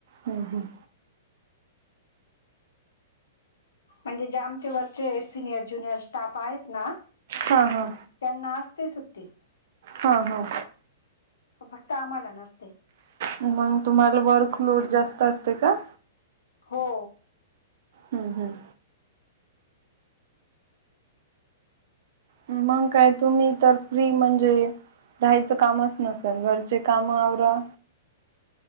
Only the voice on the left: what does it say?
म्हणजे जे आमचे वरचे सिनियर ज्युनियर स्टाफ आहेत ना.
त्यांना असते सुट्टी.
फक्त आम्हाला नसते.
हो.